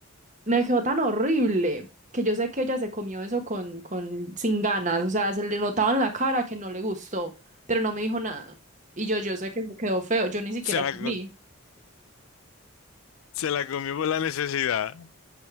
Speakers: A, on the right (about 35°); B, on the left (about 75°).
A: Me quedó tan horrible que yo sé que ella se comió eso con, con, sin ganas, o sea, se le notaba en la cara que no le gustó, pero no me dijo nada. Y yo, yo sé que me quedó feo, yo ni siquiera
B: se la,
A: comí.
B: co- se la comió por la necesidad,